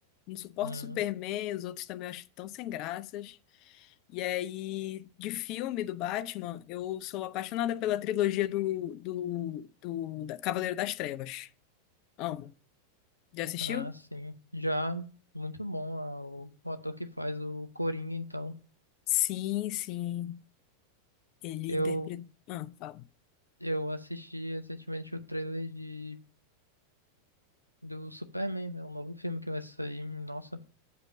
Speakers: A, on the left (about 40°); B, on the right (about 85°).
A: Não suporto
B: Hum,
A: Superman, os outros também eu acho tão sem graças. E aí, de filme do Batman, eu sou apaixonada pela trilogia do, do, do da Cavaleiro das Trevas. Amo. Já assistiu?
B: ah, sim. Já muito bom ah, o, o ator que faz o Coringa, então.
A: Sim, sim. Ele
B: Eu,
A: interpretou. Ah, fala.
B: eu assisti recentemente o trailer de, do Superman, né? O novo filme que vai sair. Nossa,